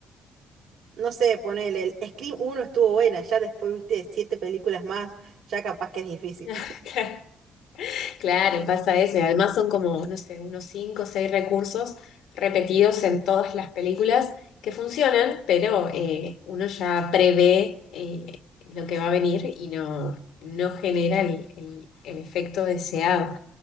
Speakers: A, on the right; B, on the left.
A: no sé, ponele, el Scream uno estuvo buena, ya después viste siete películas más, ya capaz que es difícil.
B: <laughs> Claro, pasa eso. Y además son como, no sé, unos cinco o seis recursos repetidos en todas las películas que funcionan, pero eh, uno ya prevé eh, lo que va a venir y no, no genera el, el- el efecto deseado.